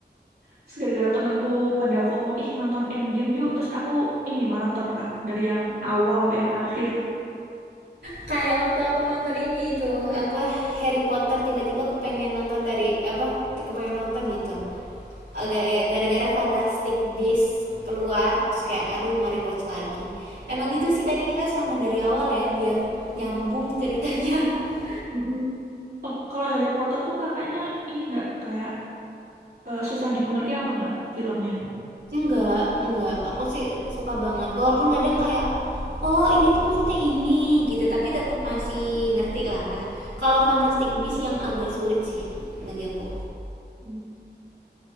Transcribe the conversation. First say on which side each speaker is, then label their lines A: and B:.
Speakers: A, on the right; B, on the right.
A: Terus gara-gara temenku pada FOMO, ih nonton Endgame yuk. Terus aku ini maraton, Kak. Dari yang awal sampai yang akhir.
B: Kayak waktu aku nonton ini itu Apa, Harry Potter tiba-tiba kepengen nonton dari Apa, kepengen nonton gitu Agak ya gara-gara Fantastic Beasts keluar Terus kayak aduh mau rewatch lagi Emang gitu sih, kadang kita harus nonton dari awal ya Biar nyambung ceritanya <laughs>
A: Mm-mm. Oh, kalau Harry Potter tuh kakaknya ini nggak kayak eh, susah dimengerti apa nggak filmnya?
B: Enggak enggak, aku sih suka banget. Walaupun kadang kayak, "Oh, ini tuh maksudnya ini," gitu, tapi tetap masih ngerti lah. Kalau Fantastic Beasts yang agak sulit sih bagi aku.
A: Hmm.